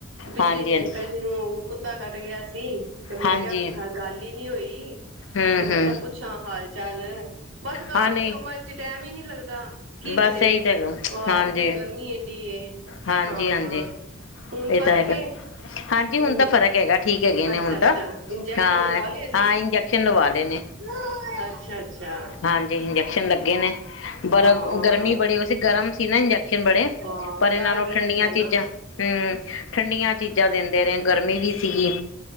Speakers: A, on the right; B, on the left.
A: ਪਿੱਛੇ
B: ਹਾਂਜੀ
A: ਜੀ
B: ਹਾਂਜੀ
A: ਅੰਕਲ ਜੀ ਨੂੰ ਕੁੱਤਾ ਕੱਟ ਗਿਆ ਸੀ ਤੇ ਮੈਂ
B: ਹਾਂਜੀ
A: ਕਿਹਾ ਗੱਲ ਹੀ ਨੀ ਹੋਈ
B: ਹਮ
A: ਤੇ ਮੈਂ
B: ਹਮ
A: ਕਿਹਾ ਪੁੱਛਾਂ ਹਾਲ ਚਾਲ, ਬਸ ਘਰ
B: ਹਾਂ ਨਹੀਂ
A: ਦੇ ਕੰਮ 'ਚ ਟਾਈਮ ਹੀ ਨਹੀਂ ਲੱਗਦਾ- ਕੀ
B: ਬਸ
A: ਕਰੀਏ
B: ਇਹੀ ਤਾਂ
A: ਅ,
B: ਹੈਗਾ ਹਾਂਜੀ
A: ਉਤੋ ਗਰਮੀ ਏਡੀ ਏ
B: ਹਾਂਜੀ
A: ਹਾਂ-
B: ਹਾਂਜੀ
A: ਹੁਣ
B: ਇਹ
A: ਫਰਕ
B: ਤਾਂ ਹੈਗਾ
A: ਏ-
B: ਹਾਂਜੀ
A: ਹੂੰ,
B: ਹੁਣ ਤਾਂ ਫ਼ਰਕ ਹੈਗਾ ਠੀਕ ਹੈਗੇ ਨੇ
A: ਅਛਾ-
B: ਹੁਣ
A: ਅਛਾ,
B: ਤਾਂ
A: ਇੰਜੈਕਸ਼ਨ
B: ਹਾਂ
A: ਲਗਵਾ ਲਯਾ
B: ਹਾਂ
A: ਸੀ
B: ਇੰਜੈਕਸ਼ਨ ਲਵਾ ਲਏ ਨੇ
A: ਅਛਾ- ਅਛਾ-
B: ਹਾਂਜੀ ਇੰਜੈਕਸ਼ਨ ਲੱਗੇ ਨੇ, ਪਰ
A: ਹਾਂ,
B: ਗਰਮੀ ਬੜੀ, ਗਰਮ ਸੀ ਨਾ ਇੰਜੈਕ ਇੰਜੇਕਸ਼ਨ ਬੜੇ,
A: ਹਾਂ
B: ਪਰ ਇਹਨਾਂ
A: ਡਰ
B: ਨੂੰ
A: ਵੀ ਰਹਿੰਦਾ
B: ਠੰਡੀਆਂ ਚੀਜ਼ਾਂ
A: ਨਾ।
B: ਹੂੰ ਠੰਡੀਆਂ ਚੀਜ਼ਾਂ ਦਿੰਦੇ ਰਹੇ ਆਂ, ਗਰਮੀ ਵੀ ਸੀਗੀ